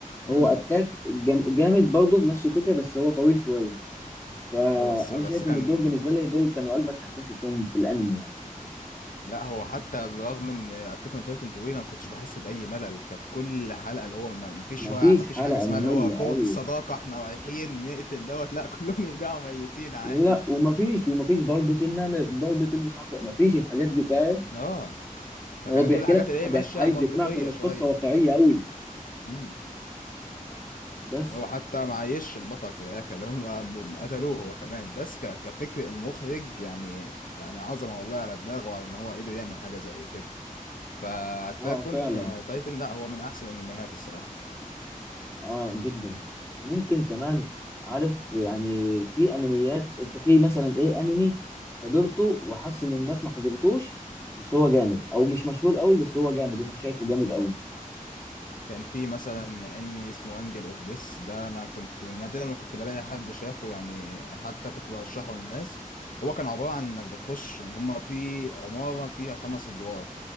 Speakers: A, on the left (about 75°); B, on the left (about 15°).
A: امم
B: هو اتاك جام- جامد برضه بنفس الفكره بس هو طويل شويه فانا
A: هو بس بس
B: شايف
A: كان
B: ان دول بالنسبه لي دول كانوا اجمد حاجتين شفتهم في الانمي يعني
A: لا هو حتى برغم ان اتاك اون تايتن طويل انا ما كنتش بحس باي ملل كان في كل حلقه اللي هو ما ما فيش
B: مفيش
A: هو ما
B: حلقة
A: فيش حاجه اسمها
B: مملة
A: اللي هو قوه
B: ايوه
A: الصداقه احنا رايحين نقتل دوت لا <laughs> كلهم يرجعوا ميتين عادي
B: لا ومفيش ومفيش ضربة النمر ضربة المش عارف مفيش الحاجات دي فاهم
A: اه فكان
B: هو بيحكي
A: كل الحاجات
B: لك
A: اللي هي
B: بي-
A: ماشيه
B: عايز
A: منطقيه
B: يقنعك ان القصة
A: شويه
B: واقعية قوي
A: امم
B: بس
A: اللي هو حتى ما عايش البطل في الاخر اللي هم قتلوه هو كمان بس ك... كفكر المخرج يعني يعني عظمه والله على دماغه وعلى ان هو قدر يعمل حاجه زي كده فاتاكون
B: اه فعلا
A: تايتن لا هو من احسن الانميات الصراحه
B: اه جدا ممكن كمان عارف يعني في انميات انت في مثلا ايه انمي حضرته وحاسس ان الناس ما حضرتوش بس هو جامد او مش مشهور قوي بس هو جامد انت شايفه جامد قوي
A: كان في مثلا انمي اسمه انجل اوف ديس ده انا كنت نادرا ما كنت بلاقي حد شافه يعني حتى كنت برشحه للناس هو كان عبارة عن انك بتخش ان هما في عمارة فيها خمس ادوار